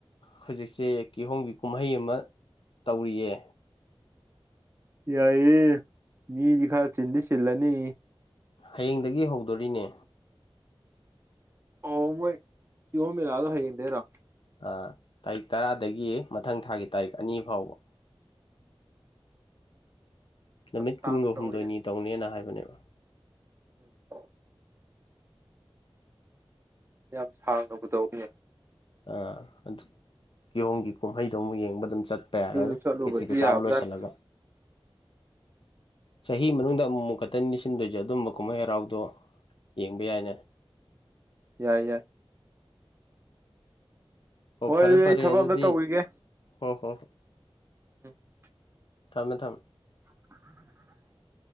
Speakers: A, on the left; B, on the right.
A: ꯍꯧꯖꯤꯛꯁꯤ ꯀꯤꯍꯣꯝꯒꯤ ꯀꯨꯝꯍꯩ ꯑꯃ ꯇꯧꯔꯤꯌꯦ
B: ꯌꯥꯏꯌꯦ ꯃꯤꯗꯤ ꯈꯔ ꯆꯤꯟꯗꯤ ꯆꯤꯜꯂꯅꯤ
A: ꯍꯥꯌꯦꯡꯗꯒꯤ ꯍꯧꯗꯣꯔꯤꯅꯦ
B: ꯑꯣ ꯃꯣꯏ ꯀꯤꯍꯣꯝ ꯃꯦꯂꯥꯗꯣ ꯍꯥꯌꯦꯡꯗꯩꯔꯣ
A: ꯑꯥ ꯇꯥꯔꯤꯛ ꯇꯔꯥꯗꯒꯤ ꯃꯊꯪ ꯊꯥꯒꯤ ꯇꯥꯔꯤꯛ ꯑꯅꯤ ꯐꯥꯎꯕ ꯅꯨꯃꯤꯠ
B: ꯌꯥꯝ ꯁꯥꯡꯅ
A: ꯀꯨꯟꯒꯥ
B: ꯇꯧꯋꯤꯅꯦ
A: ꯍꯨꯝꯗꯣꯏꯅꯤ ꯇꯧꯅꯦꯅ ꯍꯥꯏꯕꯅꯦꯕ
B: <inaudible> ꯌꯥꯝ ꯁꯥꯡꯅꯕꯨ ꯇꯧꯅꯦ
A: ꯑꯥ ꯑꯗꯨ ꯀꯤꯍꯣꯝꯒꯤ ꯀꯨꯝꯍꯩꯗꯣ ꯑꯃꯨꯛ ꯌꯦꯡꯕ ꯑꯗꯨꯝ ꯆꯠ ꯌꯥꯔꯦ
B: ꯑꯗꯨꯁꯨ ꯆꯠꯂꯨꯕꯗꯤ
A: ꯈꯦꯆꯤꯗꯣ ꯆꯥꯕ
B: ꯌꯥꯕꯖꯥꯠꯅꯤ
A: ꯂꯣꯏꯁꯤꯜꯂꯒ ꯆꯍꯤ ꯃꯅꯨꯡꯗ ꯑꯃꯨꯛ-ꯑꯃꯨꯛ ꯈꯛꯇꯅꯤ ꯁꯤꯟꯗꯣꯏꯖꯦ ꯑꯗꯨꯝꯕ ꯀꯨꯝꯍꯩ ꯍꯔꯥꯎꯗꯣ ꯌꯦꯡꯕ ꯌꯥꯏꯅꯦ
B: ꯌꯥꯏ-ꯌꯥꯏ
A: ꯑꯣ
B: ꯍꯣꯏ
A: ꯐꯥꯔꯦ-ꯐꯥꯔꯦ
B: ꯑꯗꯨꯗꯤ ꯑꯩ ꯊꯕꯛ
A: ꯑꯗꯨꯗꯤ
B: ꯑꯝꯇ ꯇꯧꯈꯤꯒꯦ
A: ꯍꯣ-ꯍꯣ
B: <inaudible>
A: ꯊꯝꯃꯦ-ꯊꯝꯃꯦ
B: <inaudible>